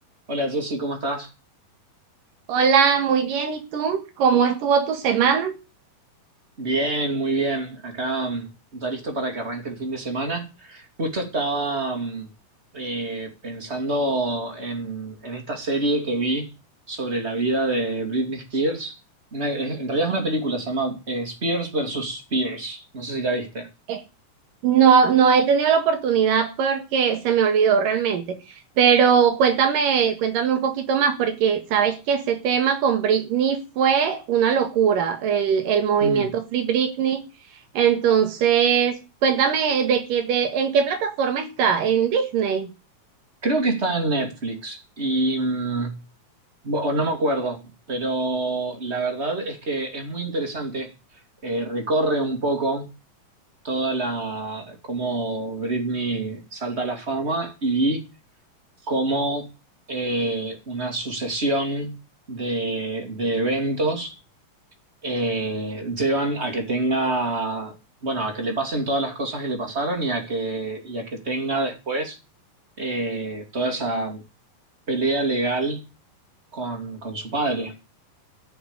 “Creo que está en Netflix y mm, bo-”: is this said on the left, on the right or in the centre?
Right